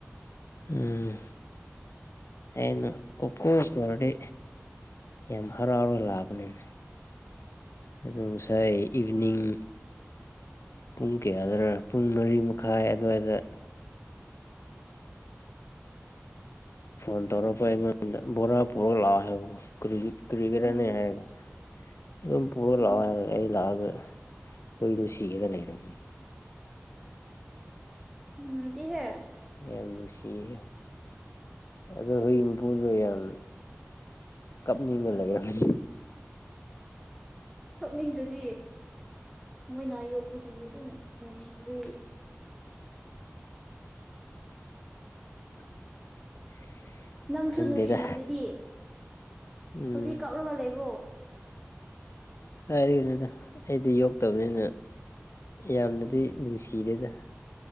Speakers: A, on the left; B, in the centre.
A: ꯎꯝ ꯑꯩꯅ ꯀꯣꯀꯣꯁ ꯑꯣꯗꯔꯗꯤ ꯌꯥꯝ ꯍꯔꯥꯎꯔꯒ ꯂꯥꯛꯑꯕꯅꯤꯅ ꯑꯗꯨ ꯉꯁꯥꯏ ꯏꯚꯤꯅꯤꯡ ꯄꯨꯡ ꯀꯌꯥꯗ ꯄꯨꯡ ꯃꯔꯤ ꯃꯈꯥꯏ ꯑꯗꯨꯋꯥꯏꯗ ꯐꯣꯟ ꯇꯧꯔꯛꯄ ꯑꯩꯉꯣꯟꯗ ꯕꯣꯔꯥ ꯄꯨꯔꯛ ꯂꯥꯛꯑꯣ ꯍꯥꯏ ꯀꯨꯔꯤꯒꯦꯔꯅꯤ
B: ꯎꯝ
A: ꯍꯥꯏꯔꯒ ꯑꯗꯨꯝ ꯄꯨꯔ
B: ꯎꯝ
A: ꯂꯥꯛꯑꯣ ꯍꯥꯏꯔꯒ ꯑꯩ ꯂꯥꯛꯑꯒ ꯍꯨꯏꯗꯣ ꯁꯤꯒꯦꯔ ꯂꯩꯔꯝꯅꯤ
B: ꯁꯇ ꯍꯦ
A: ꯌꯥꯝ ꯅꯨꯡꯁꯤꯌꯦ ꯑꯗꯣ ꯍꯨꯖꯤꯏ ꯃꯄꯨꯗꯣ ꯌꯥꯝ ꯀꯞꯅꯤꯡꯉ ꯂꯩꯔꯅꯤ
B: ꯀꯛꯅꯤꯡꯗꯨꯗꯤ ꯃꯣꯏꯅ ꯌꯣꯛꯄꯁꯤꯡꯗꯤ ꯑꯗꯨꯝ ꯅꯨꯡꯁꯤꯕ
A: <unintelligible>
B: ꯅꯪꯁꯨ
A: ꯈꯪꯗꯦꯗ
B: ꯅꯨꯡꯁꯤꯔꯤꯗꯨꯗꯤ
A: ꯎꯝ
B: ꯍꯧꯖꯤꯛ ꯀꯛꯔꯒ ꯂꯩꯕ꯭ꯔꯣ
A: ꯀꯗꯥꯥꯏꯗ ꯀꯩꯅꯣꯗ ꯑꯩꯗꯤ ꯌꯣꯛꯇꯕꯅꯤꯅ ꯌꯥꯝꯅꯗꯤ ꯅꯨꯡꯁꯤꯗꯦꯗ